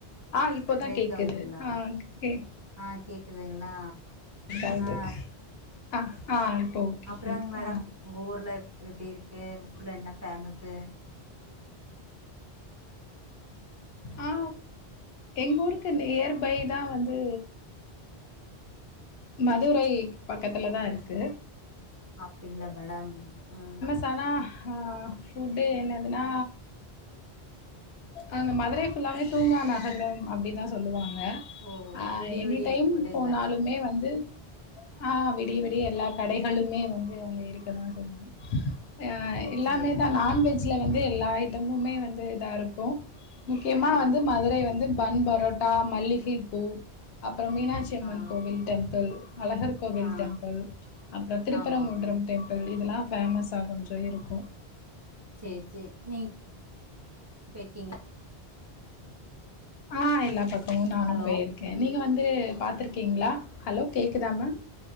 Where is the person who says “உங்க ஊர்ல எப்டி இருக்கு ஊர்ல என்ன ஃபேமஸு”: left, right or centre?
Right